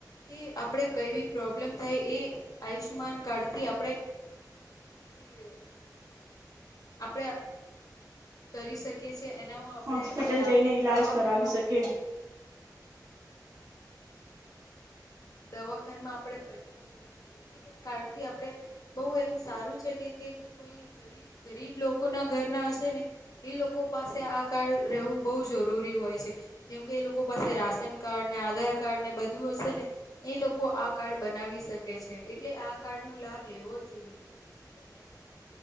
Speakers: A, on the left; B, on the right.
A: કે આપણે કઈવી પ્રોબ્લેમ થાય એ આયુષ્માન કાર્ડથી આપણે તે અ આપણે કરી શકીએ છીએ એના હ આપણે
B: હોસ્પિટલ
A: દા
B: જઈને ઈલાજ
A: દવાખાનમાં
B: કરાવી શકે
A: દવાખાનમાં આપડે પૈસા ભરી એ કાર્ડ થી આપડે બહું એમ સારું છે કે કોઈ ગરીબ ગરીબ લોકો લોકો ના ઘર ના હશે ને એ લોકો પાસે આ કાર્ડ રહેવું બહુ જરૂરી હોય છે. જેમ કે એ લોકો પાસે રાશન કાર્ડ ને આધાર કાર્ડ ને બધું હશે ને એ લોકો આ કાર્ડ બનાવી શકે છે એટલે આ કાર્ડ નો લાભ લેવો જ જોઈએ. જેમ કે પ્રેગ્નેટ